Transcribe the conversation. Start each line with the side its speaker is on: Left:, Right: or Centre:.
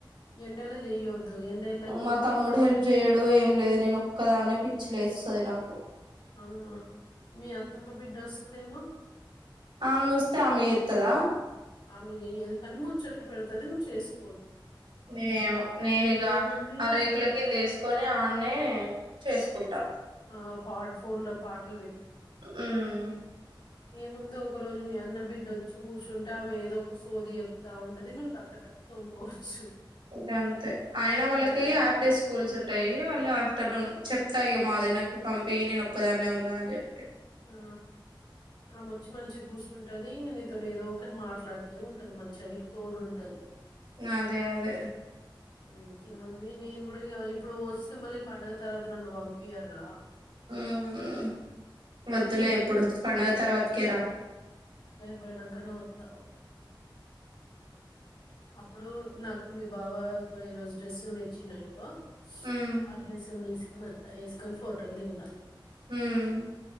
Left: ఎండలో చేయొద్దు ఎండ ఎళ్ళక ముందుకే
Right: మా తమ్ముడు
Left: చేసేయాలి
Right: హెల్ప్ చేయ్యడు ఏం లేదు నేను ఒక్కదానే పి చ్చి లేస్తది నాకు
Left: ఆ మీ అత్తమ్మ బిడ్డ వస్తదేమో
Right: ఆ వాళ్ళు వస్తే ఆమె ఎత్తదా
Left: ఆమె చేయదు కానీ ముచట్లు పెడతది నువ్వు చేసుకో
Right: ఏమో నేనుగ
Left: ఏముంది
Right: ఆ రేకుల కింద వేసుకొని ఆన్నే చేసుకుంటా
Left: ఆ పాట ఫోన్ లో పాటల్ పె
Right: అమ్
Left: ఏముందు ఒక రోజు మీ అన్న బిడ్డొచ్చి కూర్చుంటే ఆమె ఏదో ఒక సోది చెప్తా ఉంటది నువ్వు టక టక తోముకోవచ్చు
Right: ఇంకా అంతే అయినా వాళ్ళకి
Left: ఉమ్,
Right: హాఫ్ డే స్కూల్స్ ఉంటాయి వాళ్ళు ఆఫ్టర్నూన్
Left: ఆ
Right: చెప్తాయి మా వదినకి పంపి నేను ఒక్కదాన్నే ఉన్నా అని చెప్తే
Left: ఆ ఆమె వచ్చి మంచిగా గుసుంట ఉంటది నీతో ఏదో ఒకటి మాట్లాడితే ఉంటది మంచిగా నీకు తోడు ఉంటది
Right: అదే అదే
Left: ఇంకేముంది నేను కూడా ఇప్పుడు వస్తే మళ్ళీ పండుగ తర్వాత నన్ను పంపియార్రా
Right: ఆమ్ వద్దులే
Left: ఇగ పండగ
Right: ఇప్పుడు పండుగ తర్వాతకే రా
Left: పోయినాంకనే వత్తా అప్పుడు నాకు మీ బావా ఒక రోజు డ్రెస్సులు తెచ్చిండనుకో
Right: మ్మ్
Left: అ డ్రెస్ ను దీస్ కొనేతా ఏసుకొని ఫోటోలు దిగుదాం
Right: ఊమ్